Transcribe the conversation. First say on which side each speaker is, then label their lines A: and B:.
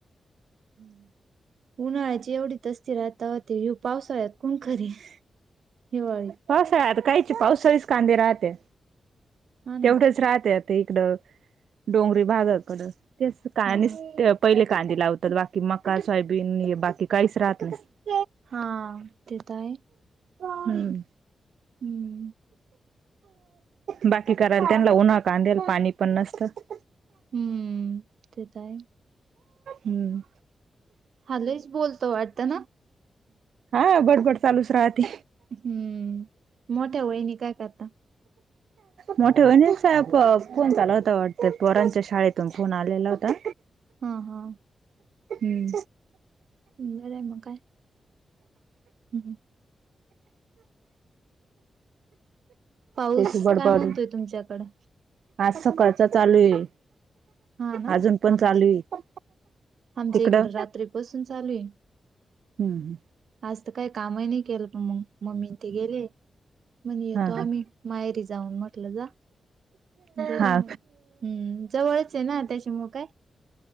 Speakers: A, on the right (about 85°); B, on the right (about 70°).
A: हम्म
B: उन्हाळ्याची एवढी तस्ती राहती तवा ते मग पावसाळ्यात कोण करील हिवाळीत
A: पावसाळ्यात काहींचे पावसाळीच कांदे राहत्या
B: हा ना
A: तेवढेच राहत्या ते इकडं डोंगरी भागाकड ते का
B: हा
A: पहिले कांदे लावतात बाकी मका सोयाबीन बाकी काहीच राहत नाही
B: हा ते तर आहे
A: हम्
B: हम्म
A: बाकी करायला त्यांना उन्हाळ कांदेला पाणी पण नसतं
B: हम्म तेेत आहे
A: हम्म
B: हा लईच बोलतो वाटत ना
A: हा बडबड चालूच राहते
B: हम्म मोठ्या वाहिनी काय करता
A: मोठ्या वहिनींचा फोन चालू होता वाटत पोरांच्या शाळेतून फोन आलेला होता
B: हा हा
A: हम्म
B: बर आहे मग काय हम् पाऊस
A: त्याची बडबड
B: काय म्हणतोय तुमच्याकडं
A: आज सकाळचा चालू आहे
B: हा ना
A: अजून पण
B: आमच
A: चालू आहे
B: आमच्या
A: तिकडं
B: इकड रात्रीपसून चालू आहे
A: हुं.
B: आज तर काही कामही नाही केलं, म मम्मी ते गेले म्हण येतो
A: हा
B: आम्ही. माहेरी जाऊन म्हटलं जा. गेले
A: हा
B: म हुं. जवळ ये. चयेना त्याच्यामुळे काय